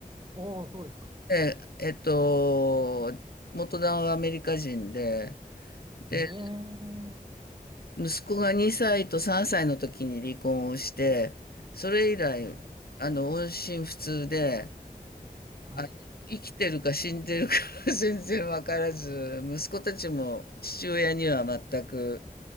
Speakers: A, on the right; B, on the left.
A: ああそうですか。
B: ええっと、元旦はアメリカ人で、で、
A: ええ。
B: 息子が2歳と3歳の時に離婚をして、それ以来、
A: はい。
B: あの、音信不通で、
A: はい。
B: あ、
A: う
B: 生きてるか死んでるか <laughs> 全然わからず、息子たちも父親には全く、